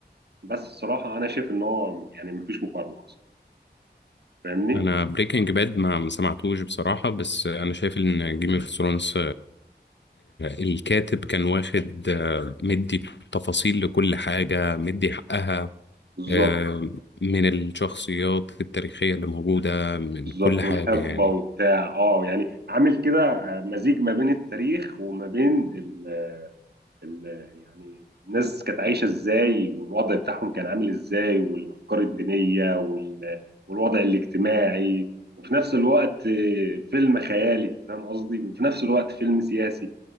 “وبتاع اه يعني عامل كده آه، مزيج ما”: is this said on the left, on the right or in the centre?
Right